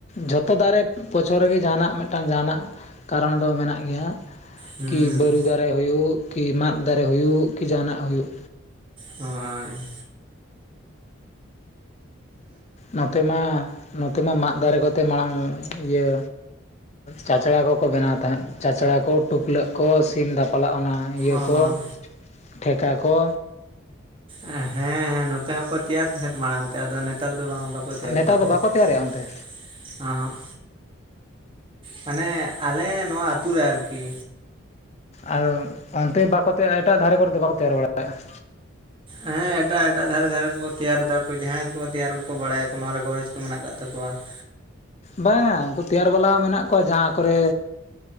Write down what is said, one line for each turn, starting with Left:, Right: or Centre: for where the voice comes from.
Left: ᱡᱷᱚᱛ <unintelligible> ᱫᱟᱨᱮ ᱵᱚᱪᱷᱚᱨ ᱨᱮᱜᱮ ᱡᱟᱦᱟᱱᱟᱜ ᱢᱤᱫᱴᱟᱝ ᱡᱟᱦᱟᱱᱟᱜ ᱠᱟᱨᱚᱱ ᱫᱚ ᱢᱮᱱᱟᱜ ᱜᱮᱭᱟ, ᱦᱟᱜ
Right: ᱦᱩᱸ
Left: ᱠᱤ ᱵᱟᱹᱨᱩ ᱫᱟᱨᱮ ᱦᱩᱭᱩᱜ, ᱠᱤ ᱢᱟᱫ ᱫᱟᱨᱮ ᱦᱩᱭᱩᱜ, ᱠᱤ ᱡᱟᱦᱟᱱᱟᱜ ᱦᱩᱭᱩᱜ,
Right: ᱦᱳᱭ
Left: ᱱᱚᱛᱮ ᱢᱟ ᱱᱚᱛᱮ ᱢᱟ ᱢᱟᱫ ᱫᱟᱨᱮ ᱠᱚᱛᱮ ᱢᱟᱲᱟᱝ ᱤᱭᱟᱹ ᱪᱟᱪᱲᱟ ᱠᱚᱠᱚ ᱵᱮᱱᱟᱣ ᱛᱟᱦᱮᱸᱫ, ᱪᱟᱪᱲᱟ ᱠᱚ ᱴᱩᱯᱞᱟᱹᱜ ᱠᱚ ᱥᱤᱢ ᱫᱟ ᱯᱞᱟᱜ ᱚᱱᱟ ᱤᱭᱟᱹ
Right: ᱚ
Left: ᱠᱚ ᱴᱷᱮᱠᱟ ᱠᱚ,
Right: ᱦᱮᱸ ᱦᱮᱸ ᱱᱚᱛᱮ ᱦᱚᱸᱠᱚ ᱛᱮᱭᱟᱨ ᱛᱟᱦᱮᱸᱫ ᱢᱟᱲᱟᱝ ᱛᱮ ᱟᱫᱚ ᱱᱮᱛ ᱱᱮᱛᱟᱨ ᱫᱚ ᱵᱟᱝ ᱵᱟᱠᱚ ᱛᱮᱭᱟᱨ
Left: ᱱᱮᱛᱟᱨ
Right: ᱫᱟᱠᱚ
Left: ᱫᱚ ᱵᱟᱠᱚ ᱛᱮᱭᱟᱨᱮᱫᱼᱟ ᱚᱱᱛᱮ
Right: ᱾ ᱚᱦᱚᱜ ᱢᱟᱱᱮ ᱟᱞᱮ ᱱᱚᱣᱟ ᱟᱛᱩ ᱨᱮ ᱟᱨᱠᱤ,
Left: ᱟᱨ ᱚᱱᱛᱮ ᱵᱟᱠᱚ ᱛᱮ ᱮᱴᱟᱜ ᱫᱷᱟᱨᱮ ᱠᱚᱨᱮ ᱫᱚ ᱵᱟᱠᱚ ᱛᱮᱭᱟᱨ ᱵᱟᱲᱟᱭᱮᱫᱼᱟ ᱾
Right: ᱦᱮᱸ ᱮᱴᱟᱜ ᱼ ᱮᱴᱟᱜ ᱫᱷᱟᱨᱮ - ᱫᱷᱟᱨᱮ ᱠᱚᱠᱚ ᱛᱮᱭᱟᱨ ᱫᱟ ᱠᱚ ᱡᱟᱦᱟᱸᱭ ᱠᱚ ᱛᱮᱭᱟᱨ ᱠᱚᱠᱚ ᱵᱟᱲᱟᱭᱟᱠᱚ ᱱᱚᱣᱟ ᱨᱮ ᱜᱚᱨᱚᱡᱽ ᱠᱚ ᱢᱮᱱᱟᱜ ᱟᱠᱟᱫ ᱛᱟᱠᱚᱣᱟ ᱾
Left: ᱵᱟᱝᱟ ᱾ ᱩᱱᱠᱩ ᱛᱮᱭᱟᱨ ᱵᱟᱞᱟ ᱦᱚᱸ ᱢᱮᱱᱟᱜ, ᱠᱚᱣᱟ ᱡᱟᱦᱟᱸ ᱠᱚᱨᱮ